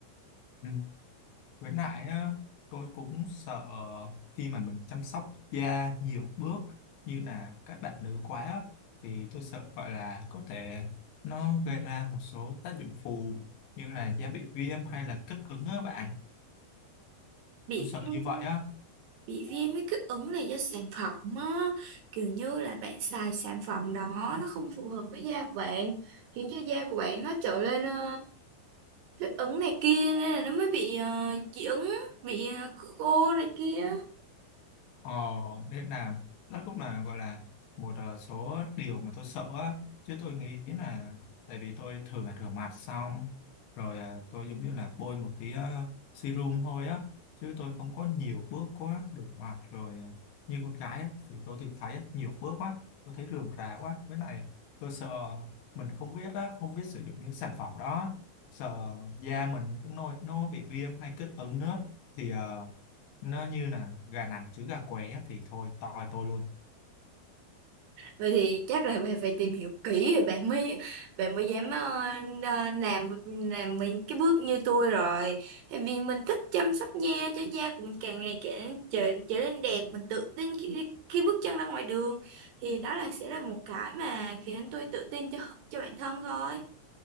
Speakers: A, on the left (about 65°); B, on the right (about 65°).
A: Ừ. với lại á, tôi cũng sợ khi mà mình chăm sóc da nhiều bước như là các bạn nữ quá á, thì tôi sợ gọi là có thể nó gây ra một số tác dụng phụ như là da bị viêm hay là kích ứng á bạn
B: Bị
A: tôi sợ
B: viêm,
A: như vậy á
B: bị viêm với kích ứng là do sản phẩm á, kiểu như là bạn xài sản phẩm đó nó không phù hợp với da của bạn, khiến cho da của bạn nó trở lên ờ, thích ứng này kia nên là nó mới bị ờ, dị ứng bị ờ, khô này kia
A: Ờ, nên là đó cũng là gọi là một ờ, số điều mà tôi sợ á. Chứ tôi nghĩ là tại vì tôi thường là rửa mặt xong rồi ờ, tôi giống như là bôi một tí ờ, serum thôi á. Chứ tôi không có nhiều bước quá rửa mặt rồi ờ, như con gái á, thì tôi thường thấy á, nhiều bước quá. Tôi thấy rườm rà quá. Với lại tôi sợ mình không biết á, không biết sử dụng những sản phẩm đó. Sợ da mình cứ nổi nó bị viêm hay kích ứng nữa. Thì ờ, nó như là gà nằm chứ gà qué á, thì thôi toi tôi luôn
B: vậy thì chắc là bạn phải tìm hiểu kỹ rồi bạn mới bạn mới dám ờ, ờ, làm làm mấy cái bước như tôi rồi Tại vì mình thích chăm sóc da cho da của mình càng ngày càng trở, trở nên đẹp mình tự tin khi, khi bước chân ra ngoài đường thì đó là sẽ là một cái mà khiến tôi tự tin cho cho bản thân thôi